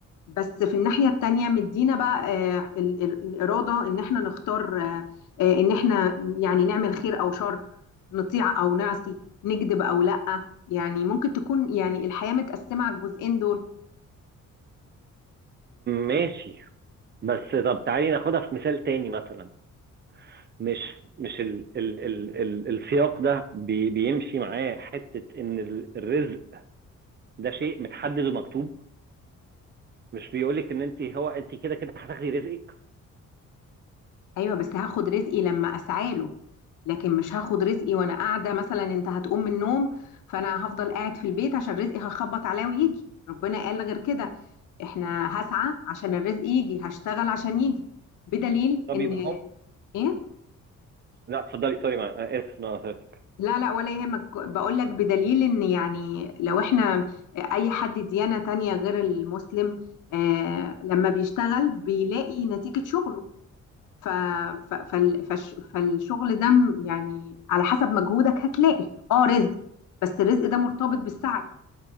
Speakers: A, on the left; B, on the right.
A: بس في الناحية التانية مدينا بقى آه، ال- ال- الإرادة ان احنا نختار آه، آه، ان احنا يعني نعمل خير او شر نطيع او نعصي نكذب او لأ يعني ممكن تكون يعني الحياة متقسمة على الجزئين دول
B: ماشي بس طب تعالي ناخدها في مثال تاني مثلا مش مش ال ال ال ال السياق ده بي بيمشي معاه حتة ان ال- الرزق ده شيء متحدد ومكتوب مش بيقولك ان انت هو انت كده كده هتاخدي رزقك
A: ايوه بس هاخد رزقي لما اسعى له لكن مش هاخد رزقي وانا قاعده مثلا انت هتقوم من النوم فانا هفضل قاعد في البيت عشان رزقي هخبط عليه ويجي ربنا قال غير كده احنا هسعى عشان الرزق يجي هشتغل عشان يجي بدليل
B: طب
A: ان
B: يبقى هم
A: ايه
B: لا اتفضلي سوري مع اسف إن انا قطعتك
A: لا لا ولا يهمك بقول لك بدليل ان يعني لو احنا اي حد ديانة تانية غير المسلم آه لما بيشتغل بيلاقي نتيجة شغله ف... ف... فال... فالش... فالشغل ده م- يعني على حسب مجهودك هتلاقي اه رزق بس الرزق ده مرتبط بالسعي